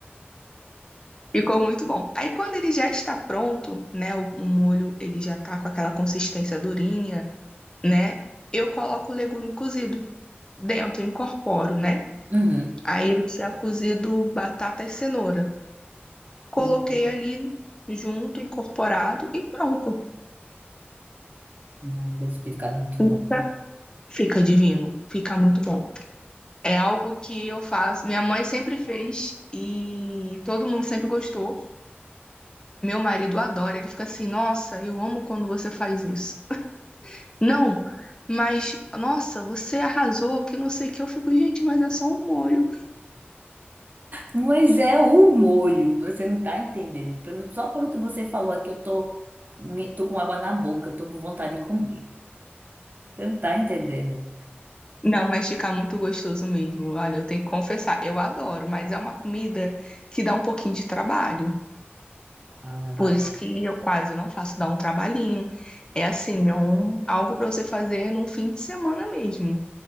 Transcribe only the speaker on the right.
uhum,
uhum.
Ai, deve ter ficado muito
bom.
Mas é o molho, você não tá entendendo. Pelo- só pelo que você falou aqui, eu tô, me- tô com água na boca, eu tô com vontade de comer. Você não tá entendendo.
Ah, mas
vale.